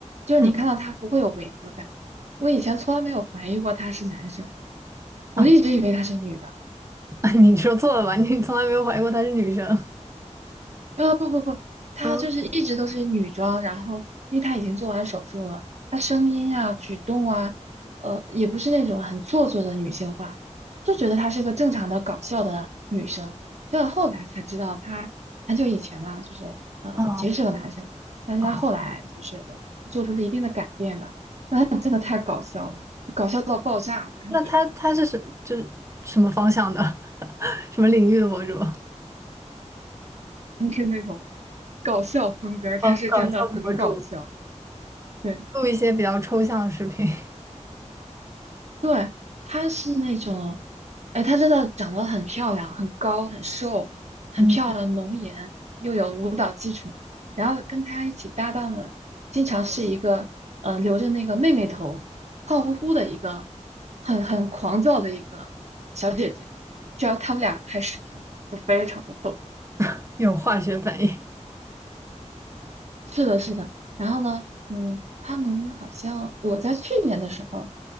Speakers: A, on the right (about 60°); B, on the right (about 25°).
A: 就是你看到他不会有违和感，
B: 嗯。
A: 我以前从来没有怀疑过他是男生，我一直以为他是女的。
B: 啊，<laughs> 你说错了吧？你从来没有怀疑过她是女生。
A: 啊，不不不，她就是一直都是女装，
B: 嗯，
A: 然后因为她已经做完手术了，她声音啊、举动啊，呃，也不是那种很做作的女性化，就觉得她是个正常的搞笑的女生。结果后来才知道，她很久以前呢，就是呃，
B: 哦
A: 其实是个男生，但是她后来就是做出了一定的改变吧。
B: 哦，
A: 那她真的太搞笑了，就搞笑到爆炸，而且
B: 那她她是什就是什么方向的，<laughs> 什么领域的博主？
A: 不是那种搞笑风格，她是真的很搞笑。
B: 哦，搞笑博主，
A: 对。
B: 录一些比较抽象的视频，
A: 对，她是那种，哎，她真的长得很漂亮，很高，很瘦，很漂亮，
B: 嗯，
A: 浓颜，又有舞蹈风然后跟她一起搭档的，经常是一个，呃，留着那个妹妹头，胖乎乎的一个，很很狂躁的一个小姐姐。只要他们俩开视频，就非常的逗。
B: <laughs> 有化学反应。
A: 是的，是的。然后呢，嗯，他们好像我在去年的时候